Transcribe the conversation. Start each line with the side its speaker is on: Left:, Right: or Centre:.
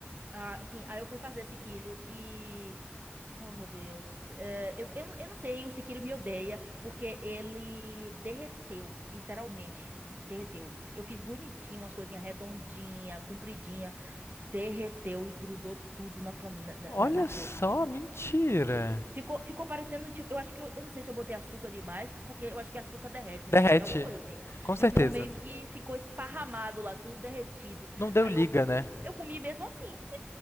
Right: Ah, sim, aí eu fui fazer sequilho e. Oh, meu Deus. É, eu, eu, não- eu não sei, o sequilho me odeia, porque ele derreteu, literalmente, hum, derreteu. Eu fiz bonitinho, umas coisinhas redondinha, compridinha, derreteu e grudou tudo na, pan- na,
Left: Olha
Right: na- na forma.
Left: só, mentira.
Right: Ficou, ficou parecendo, tipo, eu acho que, eu, eu não sei se eu botei açúcar demais, porque eu acho que açúcar derrete,
Left: Derrete,
Right: né? É Alguma coisa assim.
Left: com certeza.
Right: Então, meio que ficou esparramado lá, tudo derretido.
Left: Não deu
Right: Aí
Left: liga,
Right: eu,
Left: né?
Right: eu comi mesmo assim. <laughs>